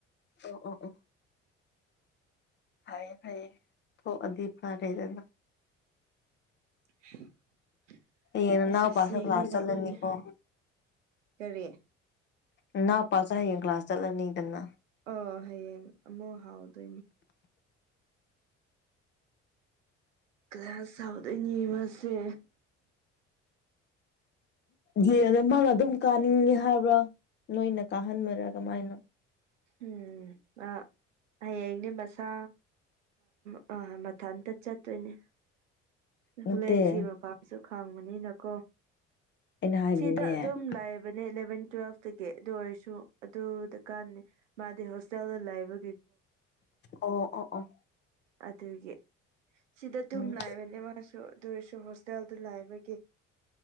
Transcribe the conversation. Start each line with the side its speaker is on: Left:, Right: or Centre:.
Left: ꯑꯣ ꯑꯣ ꯑꯣ ꯐꯌꯦ ꯐꯥꯏ ꯊ ꯑꯗꯤ ꯐꯥ ꯂꯩꯦꯗꯅ
Right: <unintelligible>
Left: ꯌꯦꯅꯅ
Right: ꯑꯦꯁ ꯑꯦꯁ ꯁꯤꯒꯤ
Left: ꯄꯥꯁ ꯀ꯭ꯂꯥꯁ
Right: ꯂꯧꯕꯅꯦ
Left: ꯂꯩꯅꯤꯀꯣ
Right: ꯀꯔꯤ
Left: ꯏꯅꯥꯎꯄꯥꯁ ꯍꯌꯦꯡ ꯀ꯭ꯂꯥꯁ ꯆꯠꯂꯅꯤꯗꯅ
Right: ꯑ ꯍꯌꯦꯡ ꯑꯃꯨꯛ ꯍꯥꯎꯗꯣꯏꯅꯤ ꯀ ꯁꯥꯎꯗ ꯑꯦꯅꯤꯕꯁꯦ
Left: ꯌꯦ ꯑꯗ ꯃꯥꯅ ꯑꯗꯨꯝ ꯀꯥꯅꯤꯡꯉꯦ ꯍꯥꯏꯕ꯭ꯔꯥ ꯅꯣꯏꯅ ꯀꯥꯍꯟꯃꯔ ꯀꯃꯥꯏꯅ
Right: ꯎꯝ ꯑ ꯍꯌꯦꯡꯅꯦ ꯃꯁꯥ ꯑ ꯃꯊ ꯇꯠ ꯆ ꯇꯅꯦ
Left: ꯅꯠꯇꯦ
Right: ꯀꯣꯂꯦꯖꯀꯤ ꯃꯄꯥꯝꯁꯨ ꯈꯥꯡꯕꯅꯤꯅꯀꯣ
Left: ꯑꯩꯅ ꯍꯥꯏꯕꯗꯤꯅꯦ
Right: ꯆꯗꯥꯛ ꯑꯗꯨꯝ ꯂꯥꯏꯕꯅꯦꯂꯕꯦꯟ ꯇꯨꯋꯦꯜꯐꯇꯒꯤ ꯑꯗꯨ ꯑꯣꯏꯔꯁꯨ ꯑꯗꯨꯗ ꯀꯥꯟ ꯃꯥꯗꯤ ꯍꯣꯁꯇꯦꯜꯗ ꯂꯩꯕꯒꯤ
Left: ꯑꯣ ꯑꯣ ꯑꯣ
Right: ꯑꯗꯨꯒꯤ ꯁꯤꯗ ꯑꯗꯨꯝ
Left: ꯎꯝ
Right: ꯂꯥꯛꯕꯅꯦ ꯃꯥꯁꯨ ꯑꯗꯨꯔꯁꯨ ꯍꯣꯁꯇꯦꯜꯗꯨ ꯂꯥꯛꯕꯒꯤ